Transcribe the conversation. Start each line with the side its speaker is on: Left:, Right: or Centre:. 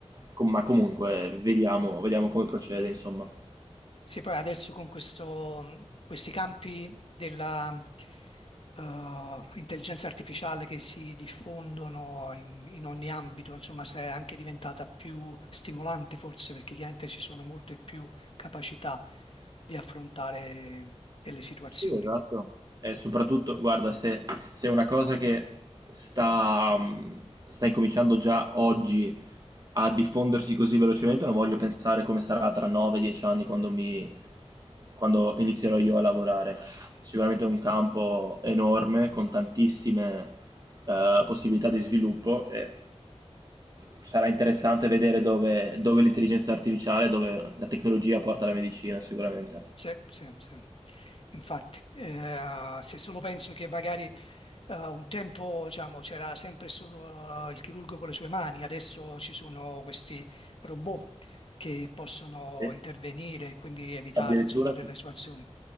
Right: com- ma comunque vediamo, vediamo come procede, insomma.
Left: Sì, poi adesso con questo, mh, questi campi della eh, intelligenza artificiale che si diffondono in, in ogni ambito, insomma, se è anche diventata più stimolante forse perché chiaramente ci sono molte più capacità di affrontare delle situazioni.
Right: Sì, esatto. E soprattutto, guarda, se, se è una cosa che sta, mh, sta incominciando già oggi a diffondersi così velocemente, non voglio pensare come sarà tra 9-10 anni quando mi, quando inizierò io a lavorare. Sicuramente è un campo enorme, con tantissime, eh, possibilità di sviluppo e sarà interessante vedere dove, dove l'intelligenza artificiale, dove la tecnologia porta la medicina, sicuramente.
Left: Sì, sì, sì. Infatti, eh, se solo penso che magari eh, un tempo, diciamo, c'era sempre solo eh, il chirurgo con le sue mani, adesso ci sono questi robot che possono
Right: E
Left: intervenire e quindi evitare,
Right: addirittura...
Left: insomma, delle
Right: sì.
Left: situazioni.